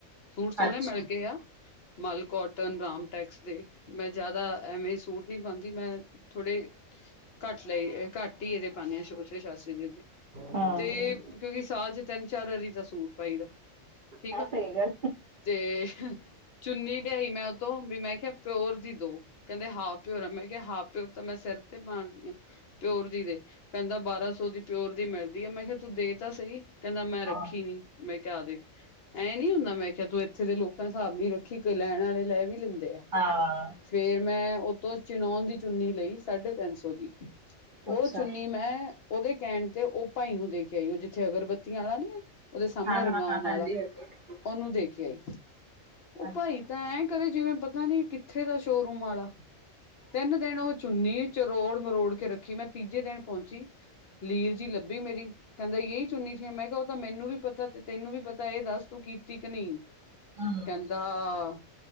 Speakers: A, on the left; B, on the right.
A: ਸੂਟ ਸੋਹਣੇ
B: ਅੱਛਾ।
A: ਮਿਲ ਗਏ ਆ। ਮਾਲਕ ਕੋਟਨ ਰਾਮ ਟੈਕਸ ਦੇ ਮੈਂ ਜ਼ਿਆਦਾ ਐਵੇਂ ਸੂਟ ਨਹੀਂ ਪਾਂਦੀ ਮੈਂ ਥੋੜੇ ਘੱਟ ਲਏ ਘੱਟ ਹੀ ਇਹਦੇ ਪਾਣੇ ਹਾਂ ਸ਼ੋਸ਼ੇ ਸ਼ਾਸੇ ਜੇ ਵੀ
B: ਹਾਂ।
A: ਤੇ ਕਿਉਂਕਿ ਸਾਲ ਚ ਤਿੰਨ ਚਾਰ ਵਾਰੀ ਦਾ ਸੂਟ ਪਾਈ ਦਾ ਠੀਕ
B: ਹਾਂ
A: ਆ
B: ਸਹੀ ਗੱਲ।
A: ਤੇ ਚੁੰਨੀ ਮੈਂ ਉਹ ਤੋਂ ਵੀ ਮੈਂ ਕਿਹਾ ਪਿਓਰ ਦੀ ਦੋ ਕਹਿੰਦੇ ਹਾਫ ਪਿਓਰ ਆ ਮੈਂ ਕਿਹਾ ਹਾਫ ਪਿਓਰ ਤਾਂ ਮ ਮੈਂ ਸਿਰ ਤੇ ਪਾ ਪਿਓਰ ਦੀ ਦੇ ਕਹਿੰਦਾ ਬਾਰਾਂ ਸੌ ਦੀ ਪਿਓਰ ਦੀ ਮਿਲਦੀ। ਵਧੀਆ ਮੈਂ ਕਿਹਾ ਤੂੰ ਦੇ ਤਾਂ ਸਹੀ। ਕਹਿੰਦਾ ਮੈਂ
B: ਹਾਂ
A: ਰੱਖੀ ਨੀ ਮੈਂ ਕਿਹਾ ਆ ਦੇਖ ਐਂ ਨੀ ਹੁੰਦਾ ਮੈਂ ਕਿਹਾ ਤੂੰ ਇੱਥੇ ਦੇ ਲੋਕਾਂ ਨੇ ਹਿਸਾਬ ਨਹੀਂ ਰੱਖੀ ਲੈਣ ਵਾਲੇ ਲੈ ਵੀ ਲੈਂਦੇ। ਆ
B: ਹਾਂ
A: ਫਿਰ ਮੈਂ ਤੋਂ ਚਣਾਉਣ ਦੀ ਚੁੰਨੀ ਲਈ ਸਾਢੇ ਤਿੰਨ ਸੌ ਦੀ ਉਹ
B: ਅੱਛਾ
A: ਚੁੰਨੀ ਮੈਂ ਉਹਦੇ ਕਹਿਣ ਤੇ ਉਹ ਭਾਈ ਨੂੰ ਦੇ ਕੇ ਆਈ ਉਹ ਜਿੱਥੇ ਅਗਰਬੱਤੀ ਵਾਲਾ ਨੀ ਓਦੇ ਸਾਹਮਣੇ
B: ਹਾਂ
A: ਰੰਗਾਣ
B: ਹਾਂ ਹਾਂ
A: ਆਲਾ
B: ਹਾਂਜੀ ਹਾਂਜੀ ਹਾਂਜੀ
A: ਉਹਨੂੰ ਦੇ ਕੇ ਆਈ
B: ਅੱਛਾ।
A: ਭਾਈ ਤਾਂ ਐਂ ਕਰੇ ਜਿਵੇਂ ਪਤਾ ਨੀ ਕਿੱਥੇ ਦਾ ਸ਼ੋਰੂਮ ਵਾਲਾ ਤਿੰਨ ਦਿਨ ਉਹ ਚੁੰਨੀ ਚਰੋੜ ਮਰੋੜ ਕੇ ਰੱਖੀ ਮੈਂ ਤੀਜੇ ਦਿਨ ਪਹੁੰਚੀ ਲੀਰ ਜੀ ਲੱਭੀ ਮੇਰੀ ਕਹਿੰਦਾ ਯਹੀ ਚੁੰਨੀ ਸੀ ਮੈਂ ਕਿਹਾ ਤਾਂ ਮੈਨੂੰ ਵੀ ਪਤਾ ਤੈਨੂੰ ਵੀ ਪਤਾ ਇਹ ਦੱਸ ਤੂੰ ਕੀਤੀ ਕੀ ਨਹੀਂ ਕਹਿੰਦੇ
B: ਹੂੰ
A: ਹਾਂ